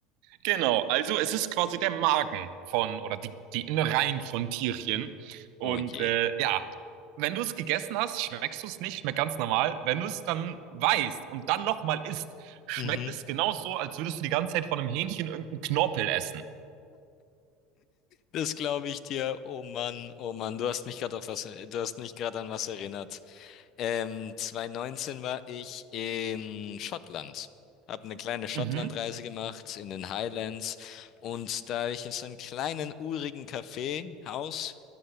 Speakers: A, on the right (about 55°); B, on the left (about 35°).
A: Genau, also es ist quasi der Magen von oder die, die Innereien von Tierchen. Und
B: Oh je.
A: äh, ja, wenn du es gegessen hast, schmeckst du es nicht, schmeckt ganz normal. Wenn du es dann weißt und dann nochmal isst, schmeckt
B: Mhm.
A: es genauso, als würdest du die ganze Zeit von einem Hähnchen irgendeinen Knorpel essen.
B: Das glaube ich dir. Oh Mann, oh Mann, du hast mich gerade auf was, du hast mich gerade an was erinnert. Ähm, 2019 war ich in Schottland. habe eine kleine Schottlandreise
A: Mhm.
B: gemacht in den Highlands und da habe ich in so einem kleinen urigen Kaffeehaus